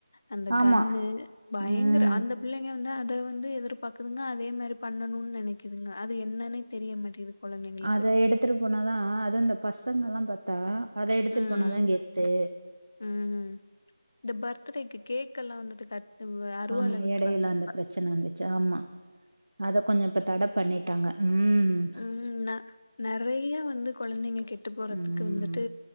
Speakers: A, on the left; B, on the right.
A: அந்த
B: ஆமா
A: கன்னு பயங்கர
B: ம்
A: அந்த பிள்ளைங்க வந்து அத வந்து எதிர்பாக்குதுங்க அதே மாரி பண்ணணுனு நெனைக்குதுங்க அது என்னன்னே தெரிய மாட்டேது கொழந்தைங்களுக்கு
B: அத எடுத்துட்டு போனாதா அது இந்த பசங்கல்லாம் பாத்தா அத எடுத்துட்டு
A: ம்
B: போனாதா கெத்து
A: ம் இந்த பர்த்டேக்கு கேக் எல்லா வந்துட்டு கட் அறுவாள்ள
B: ஆமா
A: வெட்றாங்க
B: எடையில அந்த
A: இப்ப
B: பிரச்சன வந்துச்சு ஆமா அத கொஞ்சோ இப்ப தட பண்ணிட்டாங்க ம்
A: ம் ந நறைய வந்து குழந்தைங்க கெட்டு போறதுக்கு
B: ம்
A: வந்துட்டு